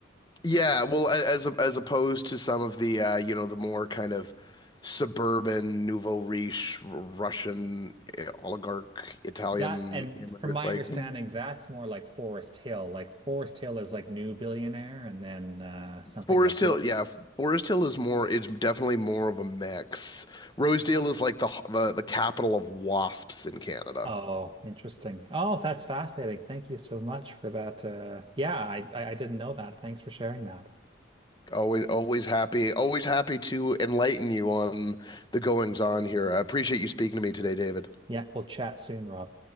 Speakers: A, on the left; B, on the right.
A: Yeah, well, a- as as opposed to some of the uh, you know, the more kind of suburban nouveau riche R- Russian eh, oligarch Italian
B: That, and
A: immigrant
B: from my
A: like
B: understanding,
A: mm,
B: that's more like Forest Hill. Like Forest Hill is like new billionaire, and then uh, something
A: Forest
B: like Bro
A: Hill, yeah, Forest Hill is more it's definitely more of a mix. Rosedale is like the h- the, the capital of wasps in Canada.
B: Oh, interesting. Oh, that's fascinating. Thank you so much for that. Uh, yeah, I, I I didn't know that. Thanks for sharing that.
A: Always always happy, always happy to enlighten you on the goings on here. I appreciate you speaking to me today, David.
B: Yeah, we'll chat soon, Rob.